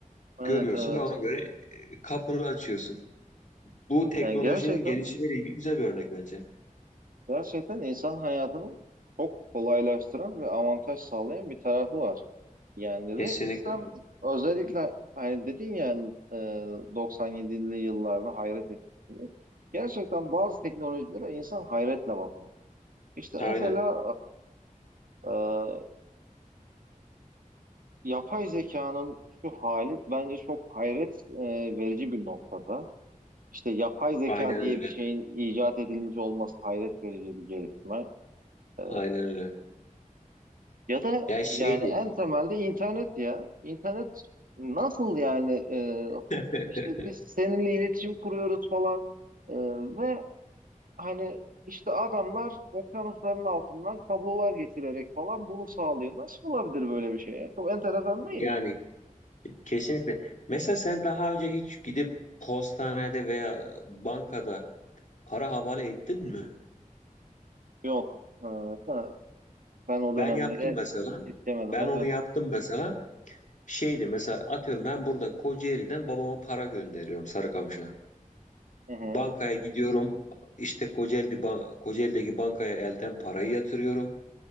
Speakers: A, on the right; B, on the left.
A: Evet
B: Görüyorsun
A: evet.
B: ve ona göre e, kapını açıyorsun. Bu teknolojinin
A: Yani gerçekten
B: gelişimiyle ilgili güzel bir örnek bence.
A: Gerçekten insan hayatını çok kolaylaştıran ve avantaj sağlayan bir tarafı var. Yani
B: Kesinlikle.
A: ve insan özellikle hani dedin ya e, 97'li yıllarda hayret etmişti. diye. Gerçekten bazı teknolojilere insan hayretle bakıyor. İşte
B: Aynen.
A: mesela e, e, yapay zekanın şu hali bence çok hayret e, verici bir noktada. İşte yapay zeka
B: Aynen
A: diye
B: öyle.
A: bir şeyin icat edilmiş olması hayret verici bir gelişme. E,
B: Aynen öyle.
A: Ya da
B: Ya şeydi.
A: yani en temelde internet ya. İnternet nasıl yani e,
B: <laughs>
A: işte biz seninle iletişim kuruyoruz falan E, ve hani işte adamlar okyanusların altından kablolar geçirerek falan bunu sağlıyor. Nasıl olabilir böyle bir şey ya? Çok enteresan değil
B: Yani
A: mi?
B: kesinlikle. Mesela sen daha önce hiç gidip postanede veya bankada para havale
A: Hı hı.
B: ettin mi?
A: Yok. E, ha, ben o
B: Ben
A: dönemlere
B: yaptım mesela.
A: istemedim.
B: Ben
A: Evet.
B: onu yaptım mesela. Şeydi mesela atıyorum ben buradan Kocaeli'den babama para gönderiyorum Sarıkamış'a.
A: Hı hı.
B: Bankaya gidiyorum. İşte Kocaeli, ba- Kocaeli'deki bankaya elden parayı yatırıyorum.